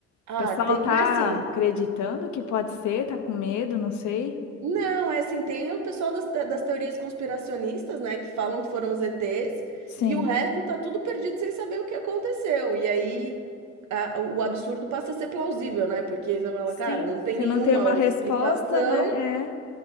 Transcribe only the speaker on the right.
Ah,
tem.
Né, assim,
Não, é assim, tem o pessoal das te das teorias conspiracionistas, né, que falam que foram os ETs,
e o resto tá tudo perdido sem saber o que aconteceu. E aí a o absurdo passa a ser plausível, né, porque você fala:
"Cara, não tem
nenhuma
outra
explicação",